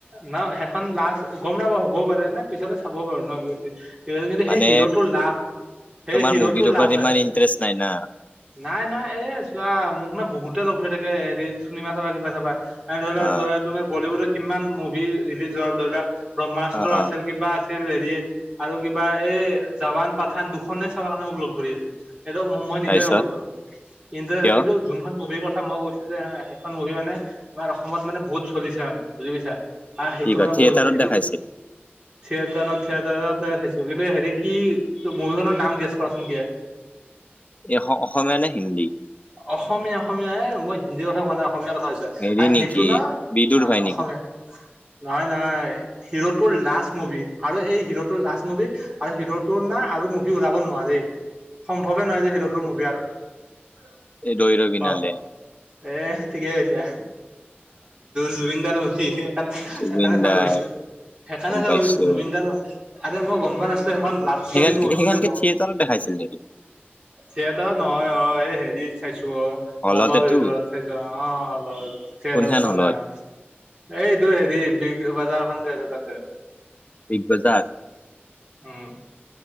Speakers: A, on the right; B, on the left.
A: ন সেইখন লাষ্ট গম নাপাও হ'বও পাৰে না পিছতে চাব পাৰো ন <unintelligible> <unintelligible> কিন্তু
B: মানে
A: সেই হিৰোটোৰ লাজ সেই
B: তোমাৰ
A: হিৰোটোৰ
B: মুভিৰ ওপৰত
A: লাজ হয়।
B: ইমান ইন্টাৰেষ্ট নাই না
A: নাই-নাই এ চোৱা মোক ন বহুত তে লগ ধৰি থাকে হেৰি চিনেমা চাবা কিবা চাবা ন ধৰি লোৱা
B: অ
A: ধ তুমি বলীউডৰ কিমান মোভি ৰিলিজ হ'ল ধৰি লোৱা ব্ৰহ্মাস্ত্ৰ
B: অ
A: আছিল
B: অ
A: কিবা আছিল <unintelligible> হেৰি আৰু কিবা এই জাৱান পাঠান দুখনে চাব কাৰণে মোক লগ ধৰি আছিল। এইটো মই নিজে
B: তাৰপিছত
A: নগ'লো ইণ্টাৰেত
B: কিয়
A: হয় কিন্তু যোনখন মুভি কথা মই কৈছো যে হা সেইখন মুভি মানে আমাৰ অসমত মানে বহুত চলিছে মানে বুজি পাইছা। আ সেইটো
B: কি ক
A: মানে
B: থিয়েটাৰত
A: বহুত, সেইটো
B: দেখাইছিল
A: থিয়েটাৰত- থিয়েটাৰত চাইছো কিন্তু হেৰি কি মুভি খনৰ নাম গেছ কৰাচোন কি হয়।
B: এই অসমীয়া নে হিন্দী
A: অসমীয়া অসমীয়া এ মই হিন্দী কথা কোৱা নাই। অসমীয়া কথাছ
B: হেৰি
A: আৰু
B: নেকি
A: সেইটো ন
B: বিদুৰ
A: আহ
B: ভাই
A: অসমীয়া
B: নেকি
A: নহয় নহয় হিৰোটোৰ লষ্ট মুভি আৰু এই হিৰোটোৰ লষ্ট মুভি আৰু হিৰোটোৰ আৰু মুভি ওলাব নোৱাৰি সম্ভৱে নহয় যে হিৰোটোৰ মুভি আৰু
B: ৰই ৰ বি
A: অ
B: নালে
A: এ ঠিকেই কৈছা জুবিনদাৰ নলি সেইেইকাৰণে,
B: জুবিন
A: সেইকাৰণে চাব
B: দাই
A: বিছো সেইকাৰণে
B: গম
A: চাবুছো
B: পাইছো
A: জুবিন গাৰ আৰে মই গম পোৱা নাছিলো, এখন লাভষ্ট
B: সেইখন
A: মুভি
B: সেইখনকে
A: বুলি কম
B: থিয়েটাৰত দেখাইছিল নেকি
A: থিয়েটাৰ নহয় অ' হে চাইছো
B: হলতেতো
A: মলৰ ভিতৰত খাইছ অ' হলত চাল
B: কোনখন
A: চ
B: হলত
A: ন' এইটো হেৰি বিগ বজাৰখনন যে আছে তাতে,
B: বিগ বজাৰ
A: উম